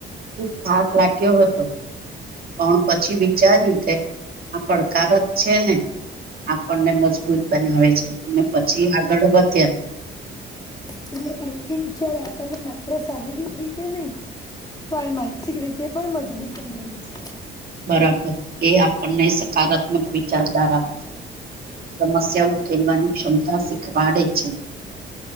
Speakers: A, on the right; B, on the left.
A: ખૂબ થાક લાગ્યો હતો. પણ પછી વિચાર્યું કે આ પડકાર જ છે ને આપણને મજબૂત બનાવે છે. પછી આગળ વધ્યા
B: <unintelligible> એલે એચ પણ માત્ર શારીરિક રીતે નહી પણ માનસિક રીતે પણ મજબૂત બનાવે છે.
A: બરાબર એ આપણને સકારાત્મક વિચારધારા સમસ્યા ઉકેલવાની ક્ષમતા શીખવાડે છે.